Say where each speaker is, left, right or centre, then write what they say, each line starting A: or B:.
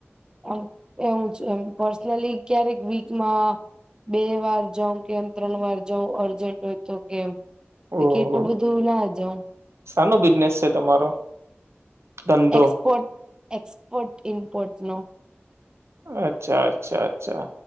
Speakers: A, on the right (about 20°); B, on the right (about 80°).
A: એમ એવું છે પર્સનલી ક્યારેક વીકમાં બે વાર જઉ કેમ ત્રણ વાર જઉ અર્જન્ટ હોય તો કેમ
B: ઓહ
A: એટલું બધું ના જઉ
B: સાનો બિઝનેસ છે તમારો ધંધો
A: એક્સપોર્ટ એક્સપોર્ટ ઇમપોર્ટ નો
B: અચ્છા અચ્છા અચ્છા